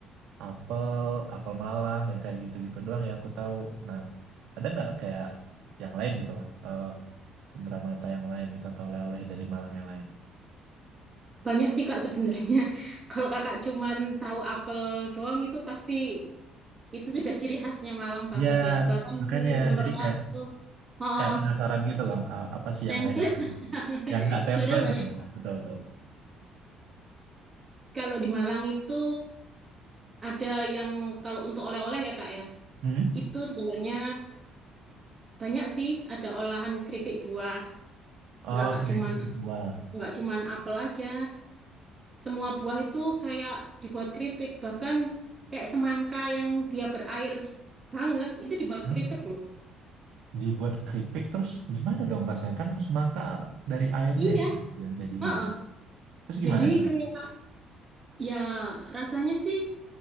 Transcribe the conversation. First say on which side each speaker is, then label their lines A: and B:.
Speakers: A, on the right; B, on the right.
A: apel, apel Malang ya kayak gitu-gitu doang yang aku tahu. Nah, ada nggak kayak yang lain gitu lah, eh cenderamata yang lain gitu atau oleh-oleh dari Malang yang lain?
B: Banyak sih Kak sebenarnya. <laughs> Kalau Kakak cuman tahu apel doang itu pasti itu sudah ciri khasnya Malang banget
A: Ya,
B: ya. Bahkan
A: makanya
B: menurut
A: jadi kayak
B: aku, oh,
A: kayak penasaran gitu loh, a- apa sih
B: template.
A: yang lain yang
B: <laughs>
A: yang nggak template
B: Sebenarnya banyak.
A: lah, betul-betul.
B: Kalau di Malang itu ada yang kalau untuk oleh-oleh ya Kak ya.
A: Hmm?
B: Itu sebenarnya banyak sih ada olahan keripik buah. Nggak
A: Oh,
B: nggak
A: keripik
B: cuman
A: keripik buah.
B: nggak cuman apel aja. Semua buah itu kayak dibuat keripik. Bahkan kayak semangka yang dia berair banget itu dibuat
A: Hmm?
B: keripik loh.
A: Dibuat keripik terus gimana dong rasanya? Kan semangka dari airnya
B: Iya,
A: itu yang jadi
B: heeh.
A: manis. Terus
B: Jadi
A: gimana itu?
B: kayak ya rasanya sih